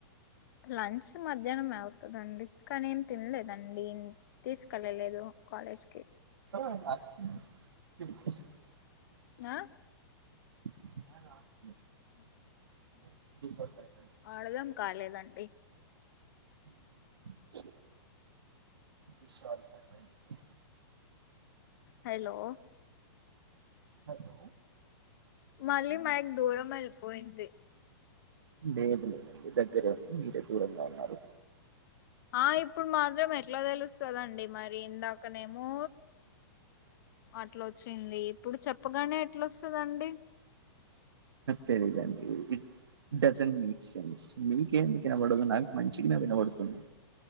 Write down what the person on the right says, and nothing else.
<inaudible>
<inaudible>
<inaudible>
<inaudible>
హలో
లేదు లేదండి దగ్గరే ఉంది మీరే దూరంగా ఉన్నారు
తెలీదుండి ఇట్ డజంట్ మేక్ సెన్స్ మీకే ఎందుకువినబడదు నాకు మంచిగానే వినబడుతుంది